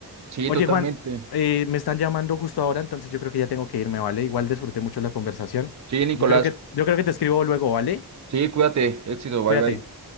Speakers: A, on the right; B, on the left.
A: Sí,
B: Oye,
A: totalmente.
B: Juan, eh, me están llamando justo ahora, entonces yo creo que ya tengo que irme, ¿vale? Igual disfruté mucho la conversación.
A: Sí, Nicolás.
B: Yo creo que, yo creo que te escribo luego, ¿vale?
A: Sí, cuídate. Éxito. Bye,
B: Cuídate.
A: bye.